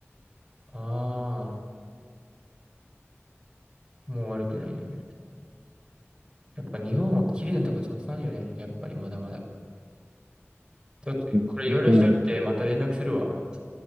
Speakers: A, on the right (about 15°); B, on the right (about 45°).
A: ああ、もう悪くないね。やっぱ日本は綺麗なとこたくさんあるよね。やっぱりまだまだ。ちょっと、
B: 本当にある。
A: これいろいろ調べてまた連絡するわ。